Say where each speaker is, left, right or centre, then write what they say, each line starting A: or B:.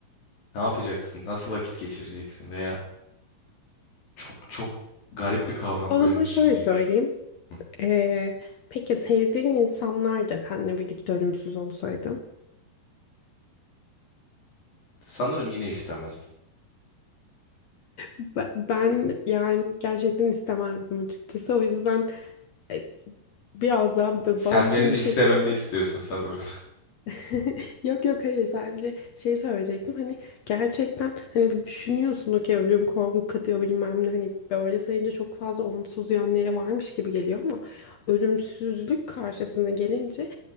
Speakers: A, on the left; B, on the left.
A: Ne yapacaksın? Nasıl vakit geçireceksin? Veya çok çok garip bir kavram
B: O
A: ölümsüzlük.
B: zaman şöyle söyleyeyim.
A: Hı.
B: Ee, peki sevdiğin insanlar da seninle birlikte ölümsüz olsaydı?
A: Sanırım yine istemezdim.
B: Be- Ben, yani gerçekten istemezdim açıkçası. O yüzden e, biraz daha böyle
A: Sen
B: baskın
A: benim
B: bir
A: istememi
B: şekilde
A: istiyorsun sanırım.
B: <laughs> Yok yok hayır sadece şeyi söyleyecektim hani gerçekten hani bir düşünüyorsun okey ölüm korku katıyor bilmem ne hani böyle sayınca çok fazla olumsuz yönleri varmış gibi geliyor ama ölümsüzlük karşısına gelince